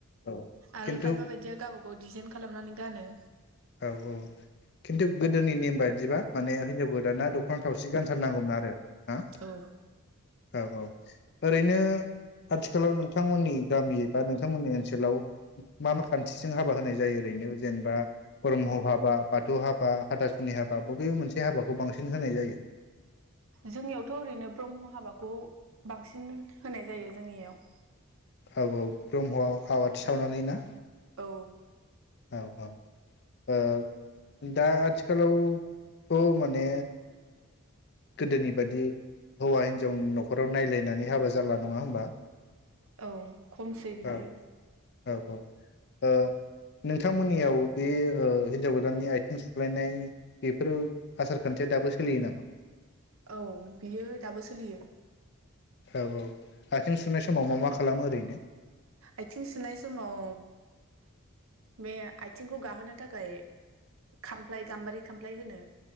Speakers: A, on the left; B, on the right.
A: औ
B: आरो
A: खिन्थु
B: खायफा बायदिया गावबा गाव डिजाइन खालामनानै गानो
A: औ औ खिन्थु गोदोनि नेम बायदिबा माने हिनजाव गोदाना दख'ना थावसि गानथारनांगौमोन आरो। हा
B: औ औ
A: औ औ ओरैनो आथिखालाव नोंथांमोननि गामि बा नोंथांमोननि ओनसोलाव मा मा खान्थिजों हाबा होनाय जायो ओरैनो जेनेबा ब्रह्म हाबा बाथौ हाबा हाथासुनि हाबा बबे मोनसे हाबाखौ बांसिन होनाय जायो।
B: जोंनियावथ' ओरैनो ब्रह्म हाबाखौ बांसिन होनाय जायो जोंनियाव
A: औ औ ब्रह्मआव आवाथि सावनानै ना
B: औ
A: औ औ ओ दा आथिखालावथ' माने गोदोनि बादि हौवा हिनजावनि न'खराव नायलायनानै हाबा जाला नङा होमबा
B: औ खमसै बेफोरो
A: औ औ औ ओ नोंथांमोननियाव बे ओ हिनजाव गोदाननि आथिं सुलायनाय बेफोर आसार खान्थिया दाबो सोलियो नामा?
B: औ बियो दाबो सोलियो।
A: औ औ आथिं सुनाय समाव मा मा खालामो ओरैनो
B: आथिं सुनाय समाव बे आथिंखौ गाहोनो थाखाय खामफ्लाय गाम्बारि खामफ्लाय होनो